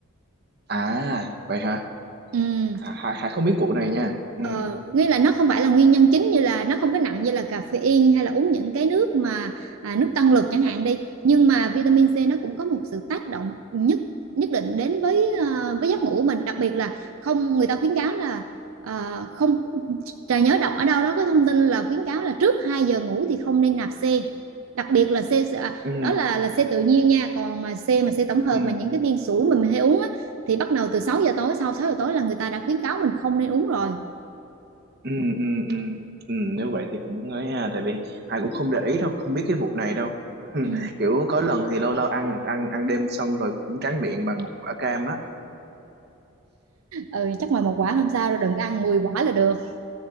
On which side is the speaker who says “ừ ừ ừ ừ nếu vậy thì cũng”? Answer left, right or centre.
Right